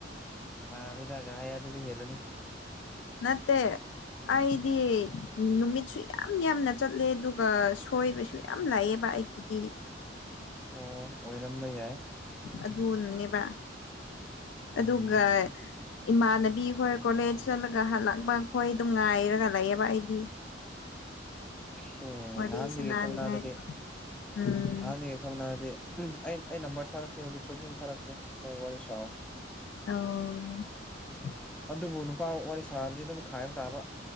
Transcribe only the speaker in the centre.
ꯃꯥ ꯂꯤꯗꯒ ꯌꯥ ꯑꯗꯨꯗꯤ ꯍꯦꯂꯅꯤ
ꯑꯣ ꯑꯣꯏꯔꯝꯕ ꯌꯥꯏ
ꯎꯝ
ꯍꯦ
ꯅꯍꯥꯟꯗꯒꯤ
ꯈꯪꯅꯔꯗꯤ
ꯅꯍꯥꯟꯗꯒꯤ ꯈꯪꯅꯔꯗꯤ ꯑꯩ ꯑꯩ ꯅꯝꯕꯔ ꯊꯥꯔꯛꯀꯦ ꯍꯧꯖꯤꯛꯁꯨ ꯑꯗꯨꯝ ꯊꯥꯔꯛꯀꯦ ꯃꯣꯏ ꯋꯥꯔꯤ ꯁꯥꯑꯣ
ꯑꯗꯨꯕꯨ ꯅꯨꯄꯥ ꯋꯥꯔꯤ ꯁꯥꯔꯗꯤ ꯑꯗꯨꯝ ꯈꯥꯏꯕ ꯇꯥꯕ